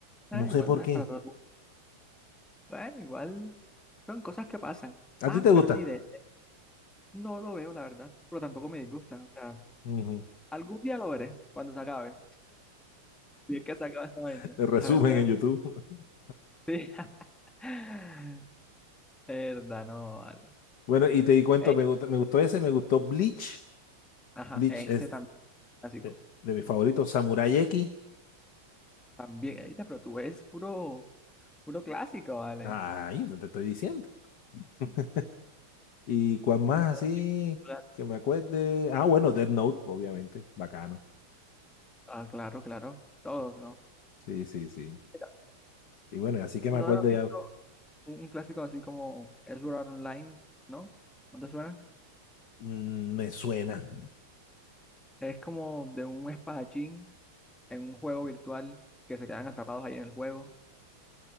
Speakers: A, in the centre; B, on the left.
A: Ah,
B: No sé
A: igual
B: por
A: no
B: qué.
A: es para todo el mundo. Bueno, igual son cosas que pasan.
B: ¿A
A: Ah,
B: ti te gusta?
A: pero sí, de, no lo veo, la verdad, pero tampoco me disgusta. O sea,
B: Ujú.
A: algún día lo veré, cuando se acabe. Si es que se acaba esta vaina,
B: <laughs> El Resumen
A: la verdad.
B: en YouTube. <laughs>
A: Sí. <laughs> Verdad, no, vale.
B: Bueno, y te di cuento,
A: Ey,
B: me gusta- me gustó ese, me gustó Bleach.
A: ajá,
B: Bleach
A: ese
B: es
A: también clásico.
B: eh, de mis favoritos, Samurai X.
A: También, ey, pero tú ves puro, puro clásico, ¿vale?
B: Ay, no te estoy diciendo. <laughs> ¿Y cuál más
A: No,
B: así
A: <laughs>
B: que me acuerde? Ah, bueno, Death Note, obviamente. Bacano.
A: Ah, claro, claro. Todos, ¿no?
B: Sí, sí, sí.
A: Mira,
B: Y bueno, así que
A: ¿no
B: me acuerdo
A: has visto
B: ya,
A: un, un clásico así como Sword Art Online? ¿No? ¿No te suena?
B: mm, me suena.
A: Es como de un espadachín en un juego virtual que se quedan atrapados ahí en el juego.